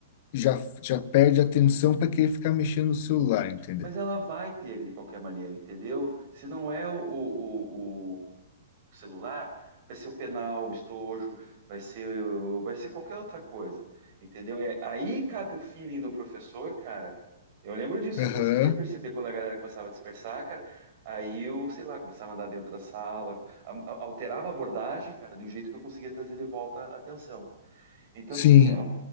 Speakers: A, on the left; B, on the right.
A: Já, já perde a atenção para querer ficar mexendo no celular, entendeu?
B: Mas ela vai ter ele de qualquer maneira, entendeu? Se não é o, o, o celular, vai ser o penal, o estojo, vai ser, vai ser qualquer outra coisa, entendeu? É, aí cabe o feeling do professor, cara. Eu lembro disso,
A: Aham,
B: eu conseguia perceber quando a galera começava a dispersar, cara. Aí eu, sei lá, começava a andar dentro da sala, a- a- alterava a abordagem, cara, de um jeito que eu conseguia trazer de volta a atenção. Então,
A: Sim,
B: assim, a-